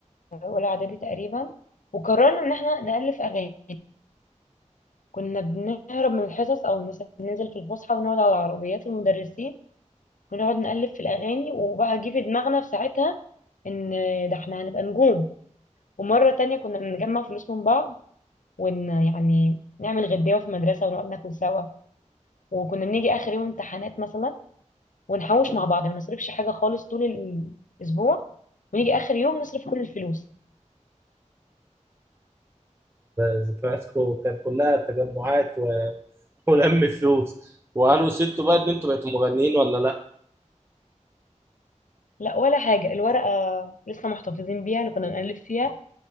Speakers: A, on the left; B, on the right.
A: اولى اعدادي تقريبا وقررنا ان احنا نألف اغاني كنا بنهرب من الحصص او مثلا ننزل في الفسحه ونقعد على عربيات المدرسين ونقعد نألف في الاغاني وبقى جه في دماغنا في ساعتها ان ده احنا هنبقى نجوم ومره تانية كنا بنجمع فلوس من بعض ون يعني نعمل غداوه في المدرسه ونقعد ناكل سوا وكنا بنيجي اخر يوم امتحانات مثلا ونحوش مع بعض ما نصرفش حاجه خالص طول الاسبوع ونيجي اخر يوم نصرف كل الفلوس
B: ذكرياتكم كانت كلها تجمعات و... ولم فلوس وقالوا سبتوا بقى ان انتوا بقيتوا مغنيين ولا لا
A: لا ولا حاجة الورقة لسه محتفظين بيها اللي كنا بنألف فيها